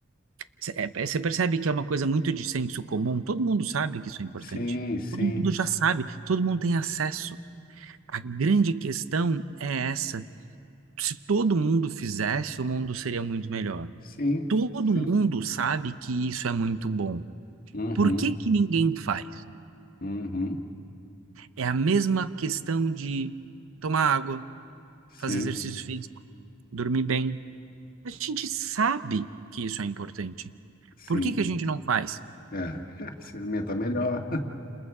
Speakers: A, on the right; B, on the left.
A: cê- é- é- Você percebe que é uma coisa muito de senso comum? Todo mundo sabe que isso é importante.
B: sim, sim,
A: Todo mundo já sabe, todo mundo tem acesso. A grande questão é essa. se todo mundo fizesse, o mundo seria muito melhor.
B: sim,
A: Todo
B: sim,
A: mundo sabe que isso é muito bom.
B: uhum,
A: Por que que ninguém faz?
B: uhum,
A: É a mesma questão de tomar água,
B: sim,
A: fazer exercício físico, dormir bem. A gente sabe que isso é importante.
B: sim,
A: Por que que a gente não faz?
B: é, <laughs> se alimentar melhor,